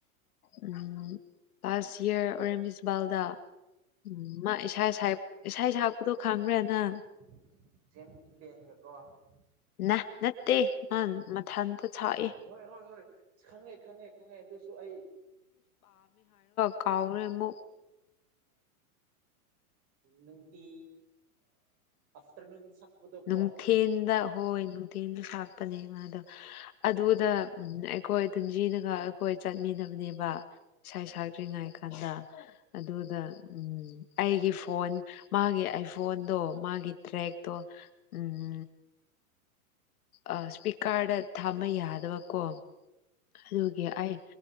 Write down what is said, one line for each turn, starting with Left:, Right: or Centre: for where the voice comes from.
Left: ꯎꯝ ꯂꯥꯁ ꯌꯔ ꯑꯣꯔꯦꯝ ꯏꯕꯥꯜꯗ ꯎꯝ ꯃꯥ ꯏꯁꯥ ꯏꯁꯥ ꯁꯛꯄꯗꯣ ꯈꯪꯕꯔ ꯅꯪ
Right: <unintelligible>
Left: ꯅ ꯅꯠꯇꯦ ꯃ ꯃꯊꯟꯇ ꯁꯛꯏ
Right: ꯍꯣꯏ ꯍꯣꯏ ꯍꯣꯏ ꯈꯪꯉꯦ ꯈꯪꯉꯦ ꯈꯪꯉꯦ ꯑꯗꯨꯁꯨ ꯑꯩ
Left: ꯀꯥꯎꯔꯦꯃꯨꯛ
Right: ꯅꯨꯡꯇꯤ ꯑꯐꯇꯔꯅꯨꯟ ꯁꯛꯄꯗꯣꯀꯣ
Left: ꯅꯨꯡꯊꯤꯟꯗ
Right: ꯑꯪ
Left: ꯍꯣꯏ ꯅꯨꯡꯇꯤꯟꯁꯨ ꯁꯥꯛꯄꯅꯦ ꯑꯗꯣ ꯑꯗꯨꯗ
Right: ꯑ
Left: ꯎꯝ ꯑꯩꯈꯣꯏ ꯇꯟꯁꯤꯅꯒ ꯑꯩꯈꯣꯏ ꯆꯠꯃꯤꯟꯅꯕꯅꯦꯕ ꯏꯁꯥ ꯁꯛꯇ꯭ꯔꯤꯉꯩ ꯀꯥꯟꯗ ꯑꯗꯨꯗ ꯎꯝ ꯑꯩꯒꯤ ꯐꯣꯟ ꯃꯥꯒꯤ ꯑꯥꯏꯐꯣꯟꯗꯣ ꯃꯥꯒꯤ ꯇ꯭ꯔꯦꯛꯇꯣ ꯎꯝ ꯑ ꯁꯄꯤꯀꯔꯗꯥ ꯊꯥꯝꯕ ꯌꯥꯗꯕꯀꯣ ꯑꯗꯨꯒꯤ ꯑꯩ